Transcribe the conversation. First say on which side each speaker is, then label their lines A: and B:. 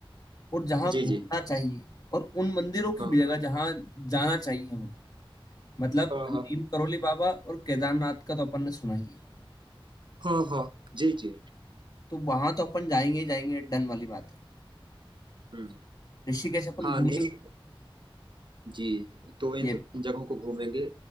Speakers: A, on the left; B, on the right.
A: और जहाँ
B: जी
A: घूमना
B: जी
A: चाहिए और उन मंदिरों की
B: हाँ
A: भी जगह जहाँ जाना चाहिए हमको मतलब
B: हाँ
A: नीम
B: हाँ
A: करोली बाबा और केदारनाथ का तो अपन ने सुना ही है
B: हाँ हाँ जी जी
A: तो वहां तो अपन जाएंगे ही जाएंगे डन वाली बात है
B: हम्म
A: ऋषिकेश अपन
B: हाँ
A: घूमेंगे
B: नहीं जी तो इन
A: ये
B: सब जगहों को घूमेंगे